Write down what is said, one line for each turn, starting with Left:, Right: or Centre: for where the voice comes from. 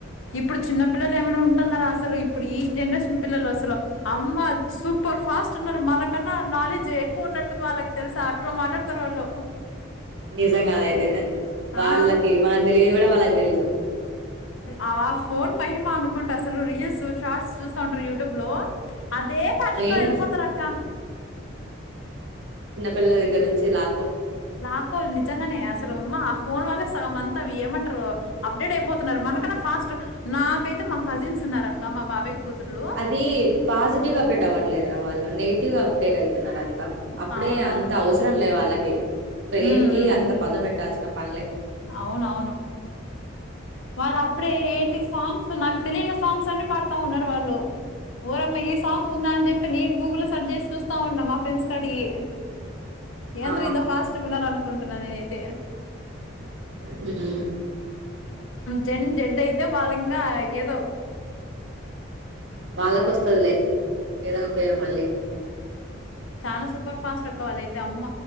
Left: ఇప్పుడు చిన్న పిల్లలు ఏమైన ఉంటున్నారా అసలు ఇప్పుడు ఇ జెనరేషన్ పిల్లలు అసలు అమ్మ సూపర్ ఫా న్నారు మనకన్నా నాలెడ్జ్ ఎక్కువ ఉన్నట్టుంది వాళ్ళకి తెలుసా అట్ల మాట్లాడుతారు వాళ్ళు
Right: నిజంగా అదైతే వాళ్ళకి
Left: ఆ
Right: మనకు తెలియని కూడ వాళ్ళకి తెలుసు
Left: ఆ ఫోన్ మహిమ అనుకుంట అసలు రీల్స్ షార్ట్స్ చూస్త ఉంటారు యూట్యూబ్ లో అదే పాటర్న్
Right: మెయిన్
Left: లో ఎల్లిపోతరక్క
Right: పిల్ల దగ్గ నుంచిలా
Left: లాకోలి నిజంగానే అసలు ఆమ్మా ఆ ఫోన్ వల్లే సగం అంతా ఏమంటారు అప్డేట్ అయిపోతున్నారు మనకన్నా ఫాస్ట్ నాకైతే కజిన్స్ ఉన్నారు అక్క మా బాబాయ్ కూతుర్లు
Right: అది పాజిటివ్ గా అప్డేట్ అవ్వట్లేదురా వాళ్ళు నెగిటివ్ అప్ అప్డేట్ అయీతున్నారు అంతా అప్పుడే
Left: అవునవును
Right: అంత అవసరం లేవు వాళ్ళకి బ్రెయిన్
Left: ఉమ్
Right: కి
Left: ఉమ్
Right: అంత పద పెట్టాల్సిన పన్లే
Left: అవునవును వాళ్ళు అప్పుడే ఏంటి సాంగ్స్ నాకు తెలియని సాంగ్స్ అన్ని పాడుతా ఉన్నారు వాళ్ళు ఓయమ్మ ఈ సాంగ్ ఉందా అని చెప్పి నేను గూగుల్లో సెర్చ్ చేసి చూస్తా ఉన్నా మా ఫ్రెండ్స్ కడిగి ఏంద్ర
Right: ఆ
Left: ఇంత ఫాస్ట్ ఉన్నారు అనుకుంటున్నా నేనైతే
Right: హు
Left: జం జడ్ అయితే వాలింగ ఏదో
Right: వాళ్ళక వస్తుదిలే ఏదో ఒక పేరు మళ్ళీ
Left: చాన సూపర్ ఫాస్ట్ అక్క వాళ్ళు అయితే అమ్మ